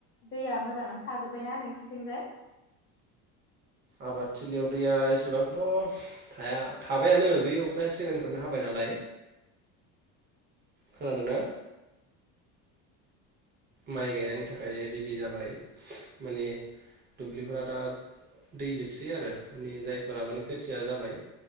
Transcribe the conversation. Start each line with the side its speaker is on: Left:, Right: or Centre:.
Left: दैया मोजाङानो थाजोब्बायना नोंसिनिथिंजाय
Right: आबादथिलियाव दैया एसेबांथ' थाया थाबायानो बे अखाया सिगांनिफ्रायनो हाबाय नालाय खोनादोंना माइ गायनायनि
Left: औ
Right: थाखाय रिडि जाबाय माने दुब्लिफोरा दा दै जोबसै आरो मानि जायफोरा माने खोथिया जाबाय